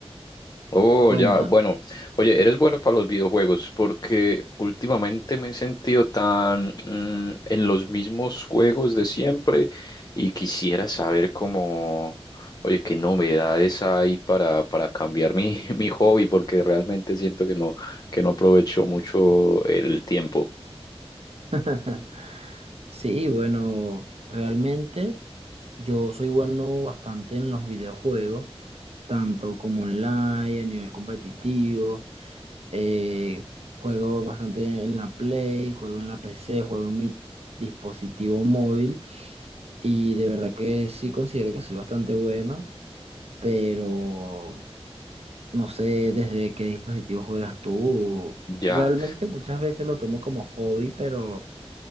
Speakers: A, on the left; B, on the right.
A: oh,
B: Cuenta.
A: ya, bueno. Oye, eres bueno para los videojuegos porque últimamente me he sentido tan mm, en los mismos juegos de siempre y quisiera saber cómo, oye, qué novedades hay para, para cambiar mi, <laughs> mi hobby porque realmente siento que no, que no aprovecho mucho el tiempo.
B: <laughs> Sí, bueno, realmente yo soy bueno bastante en los videojuegos, tanto como online, a nivel competitivo, eh, juego bastante en la Play, juego en la PC, juego en mi dispositivo móvil y de verdad que sí considero que soy bastante bueno, pero no sé desde qué dispositivo juegas tú.
A: Ya.
B: Realmente muchas veces lo tomo como hobby, pero...